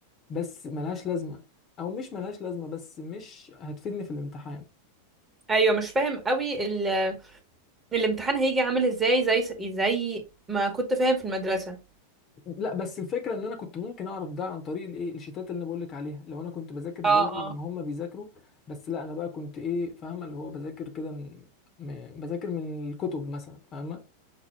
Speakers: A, on the left (about 30°); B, on the right (about 20°).
A: بس ملهاش لازمه او مش ملهاش لازمه بس مش هتفيدني في الامتحان
B: ايوه مش فاهم قوي ال... الامتحان هيجي عامل ازاي زي زي ما كنت فاهم في المدرسه
A: لا بس الفكره ان انا كنت ممكن اعرف ده عن طريق الايه الشيتات اللي انا بقول لك عليها لو انا كنت بذاكر
B: اه
A: زي ما
B: اه
A: هم بيذاكروا بس لا انا بقى كنت ايه فاهمه اللي هو بذاكر كده من من- بذاكر من الكتب مثلا فاهمه